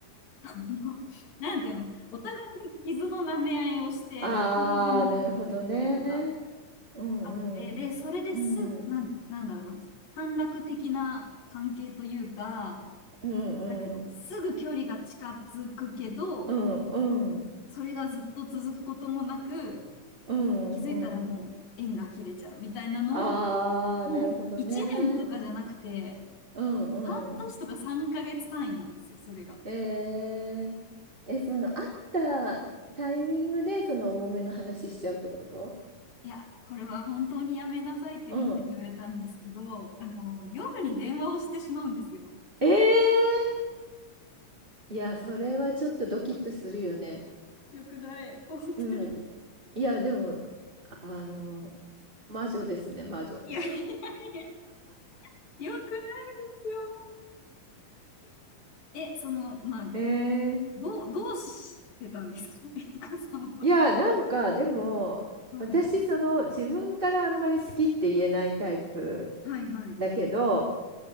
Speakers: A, on the left; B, on the right.
A: <laughs> あのなんていうの、お互いが傷の舐め合いをして、
B: ああ、
A: 自分になったっていうのが
B: なるほどね。うんうんうん
A: あって、で、それですぐ、なん、なんだろうな、短絡的な関係というか、
B: うんうんうん
A: なんていうの、すぐ距離が近づくけど、
B: うん
A: それがずっと続くこともなく、
B: うんうん
A: 気づいたらもう縁が切れちゃうみたいなのを、
B: ああ、
A: もう1年とかじゃなくて、
B: なるほどね。うんうん。
A: 半年とか3ヶ月単位なんですよ、それが。
B: えー、え、その会ったタイミングでその重めの話しちゃうってこと
A: いや、これは本当にやめなさいってみんなに言われたんですけど、
B: うん。
A: あの、夜に電話をしてしまうんですよ。
B: ええいや、それはちょっとドキッとするよね。
A: よくない、本当に。
B: うん。いや、でも、あの、魔女ですね、魔女。
A: いやいやいや、よくないよ。え、その、まあ、
B: えー、
A: どう、どうしてたんですか、悦子さんは。
B: いや、なんか、でも、
A: はい。
B: 私、その、自分からあんまり好きって言えないタイプ
A: はいはい。
B: だけど、